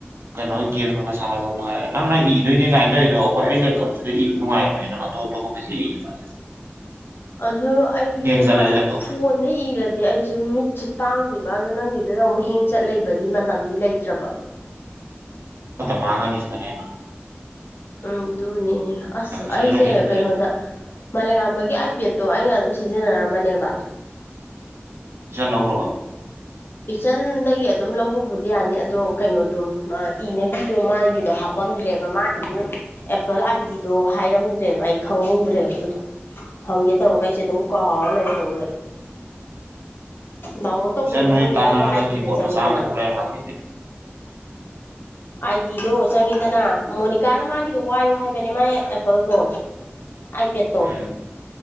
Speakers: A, on the right; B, on the left.
A: ꯀꯩꯅꯣ ꯒꯦꯝꯒꯒ ꯁꯥꯟꯅꯕ ꯃꯥꯏꯔꯦ ꯅꯪꯅ ꯏꯗꯣꯏꯅꯦ ꯀꯥꯏꯅ ꯇꯧꯔꯤꯗꯣ ꯑꯩꯈꯣꯏ ꯑꯩꯩꯅꯞꯁꯤꯗ ꯏꯕ ꯅꯨꯡꯉꯥꯏꯔꯅꯦꯅ <unintelligible>
B: ꯑꯗꯨ ꯑꯩꯁꯦ
A: ꯆꯠꯂꯦ
B: ꯈ
A: ꯂꯦꯞꯇꯣꯞ
B: ꯐꯣꯟꯗ ꯏꯔꯗꯤ ꯑꯩꯁꯦ ꯃꯤꯠꯁꯤ ꯄꯥꯡꯗꯣꯏꯔꯤꯕ ꯑ ꯑꯗꯨꯣ ꯅꯪꯒꯤꯗꯨꯗ ꯑꯃꯨꯛ ꯍꯤꯡ ꯆꯠ ꯂꯩꯕꯗꯤ ꯃꯇꯝꯗꯤ ꯂꯩꯇ꯭ꯔꯕ
A: ꯃꯥꯒꯥꯥꯅꯤꯁꯇꯅꯦ
B: ꯎꯝ ꯑꯗꯨꯅꯤꯅꯦ ꯑꯁ
A: ꯁꯤꯖꯤꯟꯅꯒꯦꯗꯤ
B: ꯑꯩꯁꯦ
A: ꯁꯤꯖꯤꯟꯅꯧ
B: ꯀꯩꯅꯣꯗ ꯃꯥꯂꯦꯝꯉꯝꯕꯒꯤ ꯑꯥꯏꯄꯦꯗꯠꯇꯣ ꯑꯩꯅ ꯑꯗꯨꯝ ꯁꯤꯖꯤꯟꯅꯔꯝꯕꯅꯦꯕ
A: ꯆ ꯂꯧꯔꯣ
B: ꯏꯆꯟꯗꯒꯤ ꯑꯗꯨꯝ ꯂꯧꯕꯕꯨꯗꯤ ꯌꯥꯅꯤ ꯑꯗꯣ ꯀꯩꯅꯣꯗꯣ ꯏꯅꯕꯤꯗꯣ ꯃꯥꯒꯤꯗꯣ ꯍꯥ ꯝꯗ꯭ꯔꯦꯕ ꯃꯥꯒꯤ ꯑꯦꯄꯜ ꯑꯥꯏ ꯗꯤꯗꯣ ꯍꯥꯏꯔꯝꯗ꯭ꯔꯦꯕ ꯑꯩ ꯈꯪꯍꯧꯗ꯭ꯔꯦꯕ ꯑꯗꯨꯗꯣ ꯍꯪꯒꯦ ꯇꯧꯔꯒ ꯑꯩꯁꯦ ꯑꯗꯨꯝ ꯀꯥꯎꯔ ꯂꯩꯍꯧꯈꯦꯕ ꯗꯥꯎꯟꯂꯣ ꯇꯧ
A: ꯏꯆꯟ
B: ꯑꯗꯣ
A: ꯅꯣꯏ
B: ꯃꯣꯏꯗꯤ
A: ꯇꯥꯟꯅꯔꯒ
B: ꯑꯗꯨꯗꯣ ꯑꯥꯏꯗꯤꯗ
A: ꯀꯤꯕꯣꯔꯗ
B: ꯆꯪꯉꯤꯗꯅ
A: ꯃꯆꯥ ꯑꯃ ꯀꯣꯛ ꯂꯩꯔ ꯍꯥꯞꯀꯦꯗꯤ
B: ꯑꯥꯏꯗꯤꯗꯣ ꯆꯪꯉꯤꯗꯅ ꯃꯣꯅꯤꯀꯥꯅ ꯃꯥꯒꯤꯗꯣ ꯋꯥꯏꯌꯣ ꯍꯥꯏꯕꯅꯦ ꯃꯥꯥꯏ ꯑꯦꯄꯜꯗꯣ ꯄꯦꯠꯇꯣ
A: ꯎꯝ